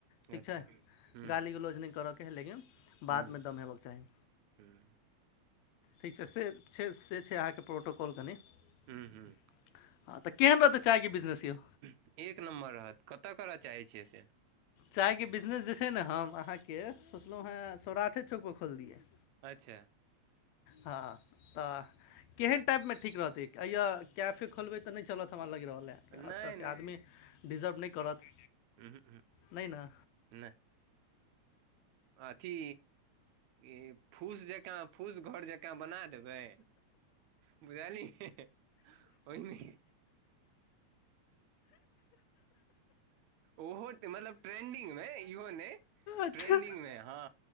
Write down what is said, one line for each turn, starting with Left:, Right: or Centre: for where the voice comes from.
Left: ठीक
Right: अच्छा
Left: छै,
Right: हूँ
Left: गाली -गुलोज नहि करऽके हइ लेकिन।
Right: हूँ
Left: बात मे दम हेबऽके चाही,
Right: हूँ
Left: ठीक छै से छै से छै अहाँके प्रोटोकॉल कनि। हाँ,
Right: हूँ हूँ
Left: त केहन रहते चाय के बिज़नेश यौ।
Right: एक नम्बर रहत, कतय करय चाहैत छियै से?
Left: चायके बिजनेस जे छै ने हम अहाँकेँ सोचलहुँ हेँ, सौराठे चौकपर खोलि दियै।
Right: अच्छा!
Left: हँ, तऽ केहन टाइपमे ठीक रहतै, इया कैफे खोलबै तऽ नहि चलत हमरा लागि रहलएइ।
Right: नहि
Left: एतऽके
Right: नहि
Left: आदमी डिजर्व नहि करत।
Right: उहू, उहूँ।
Left: नहि ने।
Right: नैह। अथी ई फूस जेकाँ, फूस घर जेकाँ बना देबै। बुझइलै, ओहि मे ओहो मतलब ट्रेंडिंगमे इहो नै
Left: अच्छा
Right: ट्रेंडिंगमे हँ